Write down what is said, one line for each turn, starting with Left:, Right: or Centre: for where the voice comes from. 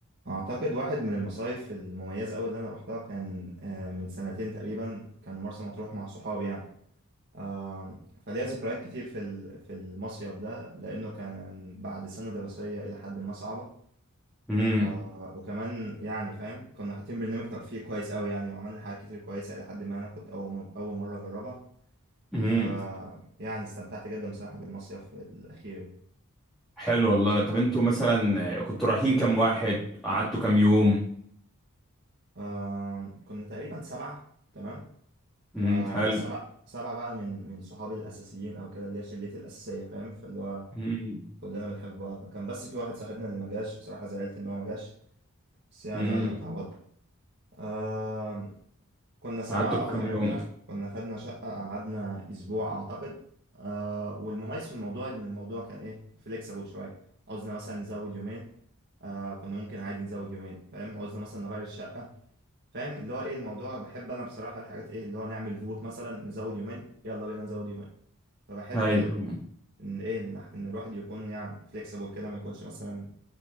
Right: اعتقد واحد من المصايف المميزه قوي اللي انا روحتها كان آه، من سنتين تقريبا كان مرسى مطروح مع صحابي يعني آه، فليا ذكريات كتير في ال- في المصيف ده لانه كان بعد سنه دراسيه الى حد ما صعبه
Centre: امم
Right: آه، وكمان يعني فاهم كنا حاطين برنامج ترفيهي كويس قوي يعني وعملنا حاجات كتير كويسه الى حد ما انا كنت اول م- اول مره اجربها
Centre: امم
Right: ف يعني استمتعت جدا بصراحه بالمصيف الاخير
Centre: حلو والله طب انتوا مثلا كنتوا رايحين كام واحد قعدتوا كام يوم
Right: آه، كنا تقريبا سبعه تمام آه
Centre: امم حلو
Right: سبع سبع بقى من من صحابي الاساسيين او كده اللي هي شلتي الاساسيه فاهم فاللي هو
Centre: امم
Right: كلنا بنحب بعض كان بس في واحد صاحبنا اللي ما جاش بصراحه زعلت ان هو ما جاش بس يعني
Centre: امم
Right: يلا متعوض آه كنا سبعه
Centre: قعدتوا كام
Right: اه زي ما
Centre: يوم
Right: قلت لك كنا خدنا شقه قعدنا اسبوع اعتقد آه والمميز في الموضوع ان الموضوع كان ايه فليكسبل شويه عاوزنا مثلا نزود يومين آه كنا ممكن عادي نزود يومين فاهم عاوزنا مثلا نغير الشقه فاهم اللي هو ايه الموضوع بحب انا بصراحه الحاجات ايه اللي هو نعمل فوت مثلا نزود يومين يلا بينا نزود يومين فبحب
Centre: ايوه
Right: ال... ان ايه ان إن الواحد يكون يعني فليكسيبل كده ما يكونش مثلا